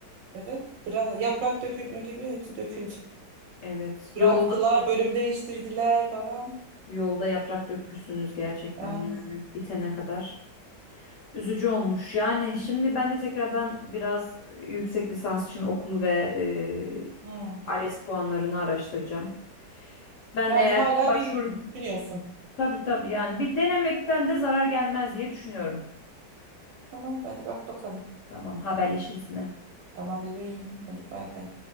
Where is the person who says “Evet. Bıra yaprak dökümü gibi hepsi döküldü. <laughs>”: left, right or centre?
Right